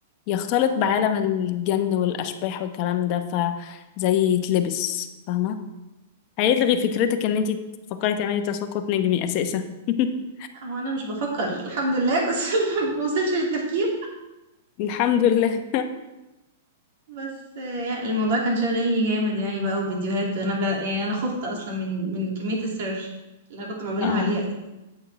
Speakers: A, on the left; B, on the right.
A: يختلط بعالم الجن والاشباح والكلام ده فزي يتلبس فاهمه هيلغي فكرتك ان انت تفكري تعملي تساقط نجمي اساسا <laughs>
B: لا، هو انا مش بفكر الحمد لله بس <laughs> ما بوصلش للتفكير
A: الحمد لله
B: بس آه، يعني الموضوع كان شاغلني جامد يعني بقى وفيديوهات وانا بقى يعني انا خفت اصلا من من كمية السيرش اللي انا كنت بعملها
A: اه
B: عليها اساسا